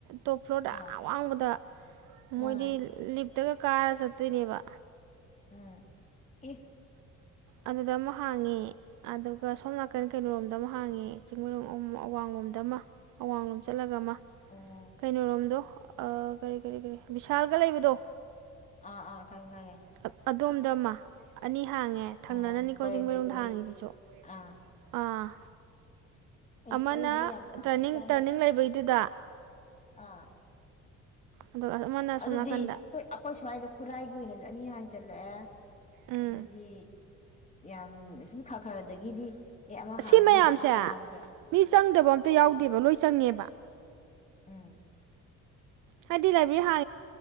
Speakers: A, on the right; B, on the left.
A: ꯇꯣꯞ ꯐ꯭ꯂꯣꯔꯗ
B: ꯑꯥ
A: ꯑ ꯑꯋꯥꯡꯕꯗ
B: ꯑꯥ
A: ꯃꯣꯏꯗꯤ ꯂꯤꯞ ꯏꯇꯒ ꯀꯥꯔ ꯆꯠꯇꯣꯏꯅꯦꯕ
B: ꯎꯝ ꯏ
A: ꯑꯗꯨꯗ ꯑꯃ ꯍꯥꯡꯉꯦ ꯑꯗꯨꯒ ꯁꯣꯝ ꯅꯥꯀꯟ ꯀꯩꯅꯣꯔꯣꯝꯗ ꯑꯃ ꯍꯥꯡꯉꯦ ꯆꯤꯡꯃꯩꯔꯣꯡ ꯑꯃ ꯑꯋꯥꯡꯂꯣꯝꯗ ꯑꯃ ꯑꯋꯥꯡꯂꯣꯝ ꯆꯠꯂꯒ ꯑꯃ
B: ꯑꯣ
A: ꯀꯩꯅꯣꯔꯣꯝꯗꯣ ꯀꯔꯤ ꯀꯔꯤ ꯀꯔꯤ ꯕꯤꯚꯤꯁꯥꯜꯒ ꯂꯩꯕꯗꯣ
B: ꯑ ꯑꯥ ꯍꯥꯏꯅꯉꯦ
A: ꯑ- ꯑꯗꯣꯝꯗ ꯑꯃ ꯑꯅꯤ ꯍꯥꯡꯉꯦ ꯊꯪꯅꯅꯅꯤꯀꯣ
B: ꯑꯣ ꯀꯣꯏꯔꯦꯡꯒꯩꯒꯤꯒꯤ
A: ꯆꯤꯡꯃꯩꯔꯨꯡꯗ ꯍꯥꯡꯉꯤꯁꯤꯁꯨ
B: ꯑꯥ
A: ꯑꯥ
B: ꯑꯦꯁ
A: ꯑꯃꯅ
B: ꯑꯗꯨꯗꯤ ꯌꯥꯝ ꯍꯥꯡꯉꯕꯖꯥꯠꯅꯤꯅꯦ
A: ꯇ꯭ꯔꯅꯤꯡ ꯇꯔꯅꯤꯡ ꯂꯩꯕꯩꯗꯨꯗ
B: ꯑꯥ
A: ꯑꯗꯨꯒ ꯑꯃꯅ ꯑꯁꯣꯝ
B: ꯑꯗꯨꯗꯤ
A: ꯅꯥꯀꯟꯗ
B: ꯑꯩꯣꯏ ꯑꯩꯈꯣꯏ ꯁ꯭ꯋꯥꯏꯗ ꯈꯨꯔꯥꯏꯒꯤ ꯑꯣꯏꯅꯁꯨ ꯑꯅꯤ ꯍꯥꯟ ꯆꯠꯂꯛꯦ
A: ꯎꯝ
B: ꯑꯗꯨꯗꯤ ꯌꯥꯝ ꯁꯨꯝ ꯈꯔ ꯈꯔꯗꯒꯤꯗꯤ ꯑꯦ ꯑꯃ
A: ꯑꯁꯤ
B: ꯍꯥꯡꯉꯦ
A: ꯃꯌꯥꯝꯁꯦ
B: ꯍꯦꯛ ꯇꯥꯕꯗ
A: ꯃꯤ ꯆꯪ ꯪꯗꯕ ꯑꯝꯇ ꯌꯥꯎꯗꯦꯕ ꯂꯣꯏ ꯆꯪꯉꯦꯕ
B: ꯎꯝ
A: ꯍꯥꯏꯗꯤꯂꯕꯤ ꯍ